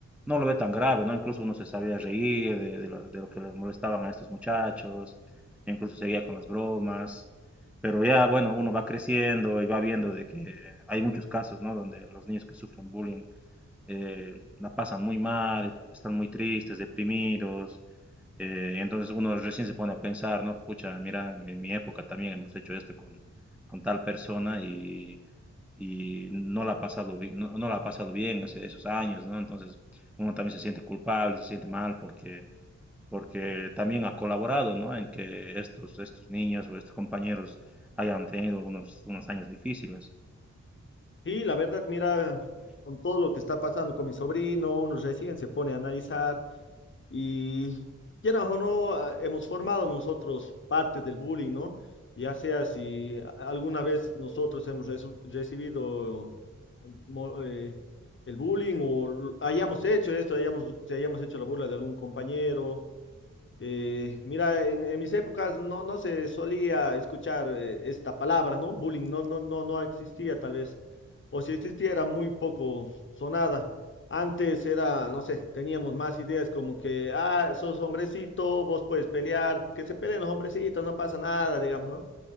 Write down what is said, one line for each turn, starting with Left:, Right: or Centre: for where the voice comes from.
Centre: no lo ve tan grave, ¿no? Incluso uno se sabía reír de, de lo, de lo que les molestaban a estos muchachos, incluso seguía con las bromas, pero ya, bueno, uno va creciendo y va viendo de que hay muchos casos, ¿no? Donde los niños que sufren bullying eh, la pasan muy mal, están muy tristes, deprimidos, eh, entonces uno recién se pone a pensar, ¿no? Pucha, mira, en mi época también hemos hecho esto con, con tal persona y y no la ha pasado, bi- no, no la ha pasado bien ese- esos años, ¿no? Entonces uno también se siente culpable, se siente mal porque, porque también ha colaborado, ¿no? En que estos, estos niños o estos compañeros hayan tenido unos, unos años difíciles.
Left: y la verdad, mira, con todo lo que está pasando con mi sobrino, uno recién se pone a analizar. Y quieras o no, ah, hemos formado nosotros parte del bullying, ¿no? Ya sea si a- alguna vez nosotros hemos resu- recibido mo- eh, el bullying o l- hayamos hecho esto, hayamos, si hayamos hecho la burla de algún compañero eh, mira, en, en mis épocas no, no se solía escuchar eh, esta palabra, ¿no? Bullying no, no, no, no existía tal vez. O si existía era muy poco sonada. Antes era, no sé, teníamos más ideas como que, ah, sos hombrecito, vos puedes pelear, que se peleen los hombrecitos, no pasa nada, digamos, ¿no?